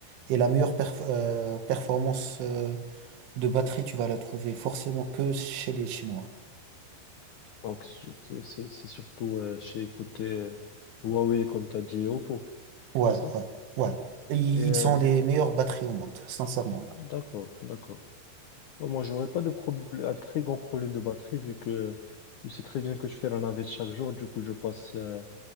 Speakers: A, on the right (about 90°); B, on the left (about 80°).
A: Et la meilleure perf- euh, performance euh, de batterie, tu vas la trouver forcément que chez les Chinois.
B: Donc, c'est c'est- c'est- c'est surtout euh, chez côté euh, Huawei, comme tu as dit, et Oppo,
A: Ouais,
B: c'est ça?
A: ouais, ouais. Et Ils
B: Et
A: ils
B: euh,
A: ont les meilleures batteries au monde, sincèrement.
B: D'accord, d'accord. Bon, Moi, j'aurais pas de problème, un très grand problème de batterie vu que tu sais très bien que je fais la navette chaque jour. Du coup, je passe euh,